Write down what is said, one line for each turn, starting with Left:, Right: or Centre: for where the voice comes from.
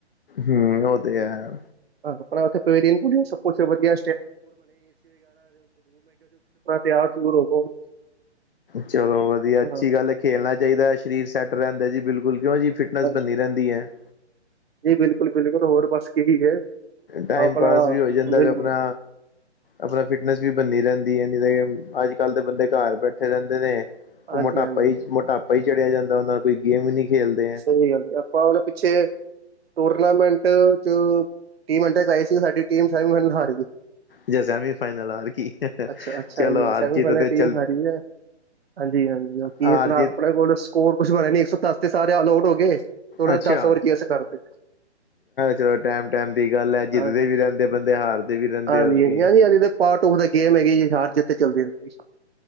Left: ਹਮ ਉਹ ਤੇ ਹੈ
Right: ਹਾਂ ਆਪਣਾ ਉੱਥੇ ਪਰੀਅਨ ਸਬ ਕੁਛ ਵਧੀਆ <unintelligible>
Left: ਚਲੋ ਵਧੀਆ ਅੱਛੀ
Right: ਹਾਂ
Left: ਗੱਲ ਹੈ ਖੇਲਣਾ ਚਾਹੀਦਾ ਸਰੀਰ ਸੈੱਟ ਰਹਿੰਦਾ ਜੀ ਬਿਲਕੁਲ ਕਿਉਂ ਜੀ ਫਿਟ ਨਜ਼ਰ
Right: ਹਾਂ,
Left: ਬੰਨੀ ਰਹਿੰਦੀ ਹੈ
Right: ਜੀ ਬਿਲਕੁਲ ਬਿਲਕੁਲ ਹੋਰ ਬਸ ਇਹੀ ਹੈ
Left: ਟਾਈਮ
Right: ਆਪਣਾ
Left: ਪਾਸ ਵੀ ਹੋ ਜਾਂਦਾ
Right: ਬਿਲਕੁਲ
Left: ਵੇ ਆਪਣਾ ਆਪਣਾ ਫਿਟਨੈਸ ਵੀ ਬੰਨੀ ਰਹਿੰਦੀ ਹੈ ਨਹੀ ਤੇ ਅੱਜ ਕੱਲ੍ਹ ਤਾਂ ਬੰਦੇ ਘਰ ਬੈਠੇ ਰਹਿੰਦੇ ਨੇ ਉਹ
Right: ਹਾਂਜੀ
Left: ਮੋਟਾਪਾ
Right: ਹਾਂਜੀ
Left: ਹੀ ਮੋਟਾਪਾ ਹੀ ਚੜ੍ਹਿਆ ਜਾਂਦਾ ਉਹਨਾਂ ਤੇ ਕੋਈ ਗੇਮ ਨਹੀਂ ਖੇਲਦੇ ਹੈ
Right: ਸਹੀ ਗੱਲ ਆਪਾਂ ਉਹਨਾ ਪਿੱਛੇ ਟੂਰਨਾਮੈਂਟ ਚ ਟੀਮੰਡ ਆਈ ਸੀ ਸਾਡੀ ਟੀਮ ਸਾਰੀ ਹਾਰ ਗਈ ਸੀ
Left: ਜਾਂ ਸੈਮੀ ਫਾਈਨਲ ਹਾਰ ਗਈ
Right: ਅੱਛਾ ਅੱਛਾ
Left: ਚਲੋ
Right: ਹਾਂਜੀ ਹਾਂਜੀ
Left: ਹਾਰ
Right: ਸੈਮੀਫਾਈਨਲ
Left: ਜਿੱਤ ਤਾ ਚਲਦੀ
Right: ਟੀਮ ਹਾਰੀ ਹੈ ਹਾਂਜੀ ਹਾਂਜੀ ਕੀ
Left: ਹਾਰ
Right: ਆਪ
Left: ਜਿੱਤ
Right: ਆਪਣੇ ਕੋਲ ਸਕੋਰ ਕੁਛ ਬਣਿਆ ਨੀ ਇੱਕ ਸੌ ਦਸ ਤੇ ਸਾਰੇ ਆਲ ਆਊਟ ਹੋ ਗਏ। ਥੋੜਾ
Left: ਅੱਛਾ
Right: ਦਸ ਵਾਰ ਕੀ ਅਸੀ ਕਰਦੇ
Left: ਚਲੋ ਟੈਮ ਟੈਮ ਦੀ ਗੱਲ ਹੈ ਜਿੱਤਦੇ
Right: ਹਾਂਜੀ
Left: ਵੀ ਰਹਿੰਦੇ ਬੰਦੇ ਹਾਰਦੇ ਵੀ ਰਹਿੰਦੇ
Right: ਹਾਂਜੀ
Left: ਹੋਰ
Right: ਹਾਂਜੀ
Left: ਕੀ
Right: ਹਾਂਜੀ ਹਾਂਜੀ ਤੇ ਪਾਰਟ ਆਫ ਦਾ ਗੇਮ ਹੈਗੀ ਜੀ ਹਾਰ ਜਿੱਤ ਚੱਲਦੀ ਰਹਿੰਦੀ